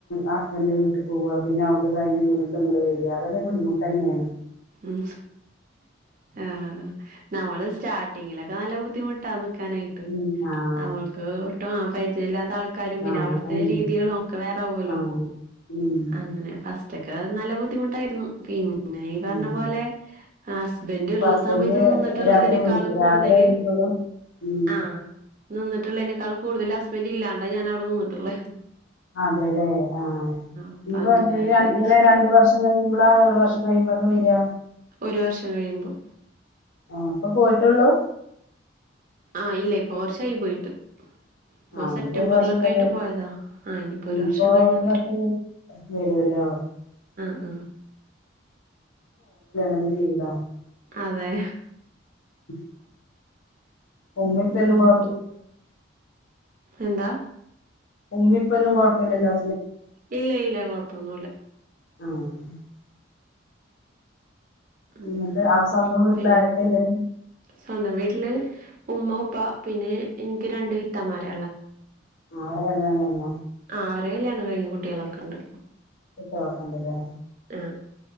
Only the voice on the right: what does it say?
ഉ ആഹ നമ്മള് സ്റ്റാർട്ടിങ്ങിലൊക്കെ നല്ല ബുദ്ധിമുട്ടാ നിക്കാനായിട്ട്
നമ്മൾക്ക് <unintelligible> ആൾക്കാരും പിന്നെ
അവിടുത്തെ
രീതികള ഒക്കെ വേറാവല്ലോ
അങ്ങനെ ഫസ്റ്റ് മറ്റക്ക നല്ല ബുദ്ധിമുട്ടായിരുന്നു പിന്നെ പിന്നെ ഈ പറഞ്ഞ
പോലെ ഹസ്ബൻഡ
ഉള്ള
സമയത്ത് നിന്നിട്ടുള്ളതിനെക്കാളും
കൂടുതല്
ആഹ് നിന്നിട്ടുള്ളേതിനനെക്കാൾ കൂടുതൽ ഹസ്ബൻറ് ഇല്ലാണ്ടാ ഞാൻ അവിടെ നിന്നിട്ടുള്ളേ
അപ്പൊ
അങ്ങനെയായിട്ട് പിന്നെ
ശീലായി.
ഒരു വർഷം കഴിയുമ്പം
ആഹ ഇല്ല ഇപ്പൊ ർച്ചായി പോയിട്ട് ഇപ്പൊ
സെപ്റ്റംബറിലൊക്കെ
ആയിട്ട് പോയതാ ആ ഇനിയിപ്പോൊ
ഒരു വർഷം കഴിഞ്ഞ
വരും
ആഹ
അതെ
ഉം. അങ്ങനെ. എന്താ
ഇല്ല ഇല്ല കൊഴപ്പൊന്നുമല്ല
അങ്ങനെ
പിന്നെ
സ്വന്തം വീട്ടില് ഉമ്മ ഉപ്പ പിന്നെ എനിക്ക് രണ്ടു ഇത്തമാര ഉള്ള
അവരെ കല്യാണം കഴിഞ്ഞഞ് കുട്ടികളൊക്കെ ഉണ്ട്
ആ